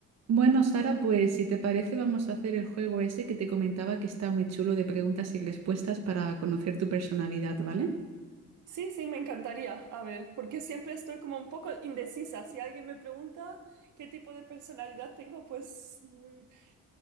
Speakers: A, on the right; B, on the right.
A: Bueno, Sara, pues si te parece vamos a hacer el juego ese que te comentaba que está muy chulo de preguntas y respuestas para conocer tu personalidad, ¿vale?
B: Sí, sí, me encantaría. A ver, porque siempre estoy como un poco indecisa. Si alguien me pregunta qué tipo de personalidad tengo, pues mm,